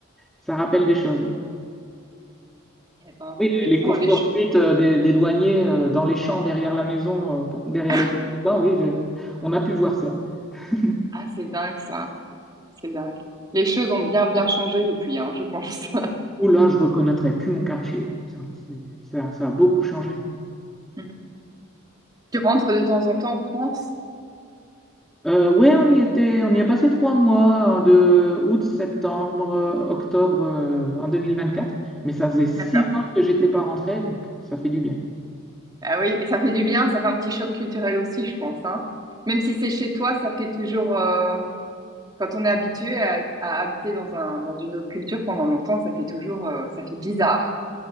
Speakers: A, in the centre; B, on the right (about 20°).
A: ça rappelle des choses, oui.
B: Eh ben,
A: Oui, les,
B: c'est fou,
A: les courses-poursuites
B: hein, les choses. <laughs>
A: euh, des, des douaniers euh, dans les champs derrière la maison, euh, pour- derrière
B: Ah,
A: les trafiquants, oui, je- on a pu voir ça. <laughs>
B: ah, c'est dingue, ça. C'est dingue. Les choses ont bien, bien changé depuis, hein, je pense. <laughs>
A: Ou là, je ne reconnaîtrais plus mon quartier. Putain, c'est- ça, ça a beaucoup changé.
B: Mm. Tu rentres de temps en temps en France?
A: Euh, ouais, on y était, on y a passé trois mois hein, de août, septembre, euh, octobre euh, en 2024, mais ça faisait six
B: D'accord.
A: ans que j'étais pas rentré, donc ça fait du bien.
B: Ah oui, et ça fait du bien, ça fait un petit choc culturel aussi, je pense, hein. Même si c'est chez toi, ça fait toujours, euh, Quand on est habitué à être, à habiter dans un, dans une autre culture pendant longtemps, ça fait toujours, euh, ça fait bizarre.